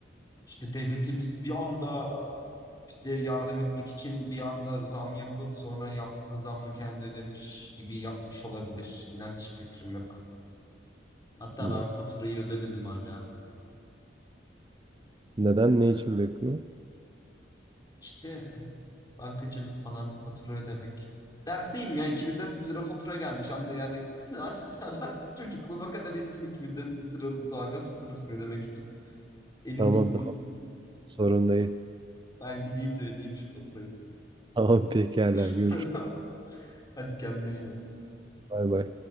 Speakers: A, on the left (about 20°); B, on the right (about 25°).
A: İşte devletimiz bir anda bize yardım etmek için bir anda zam yapıp sonra yaptığı zammı kendi ödemiş gibi yapmış olabilir. İnan hiçbir fikrim yok. Hatta
B: Ne-
A: ben faturayı ödemedim hala.
B: Neden? Ne için bekliyor?
A: İşte bankacılık falan fatura ödemek. Dertliyim ya 2400 lira fatura gelmiş. Anla yani <laughs> kız- aslında çocukluğuma kadar indim 2400 liralık doğalgaz faturasını ödemek için. Elim
B: Tamam
A: gitmiyor.
B: tamam sorun değil. <laughs>
A: Ben gideyim de ödeyeyim şu faturayı.
B: Tamam pekala
A: <laughs>
B: görüşürüz
A: Hadi kendine iyi bak.
B: bay bay.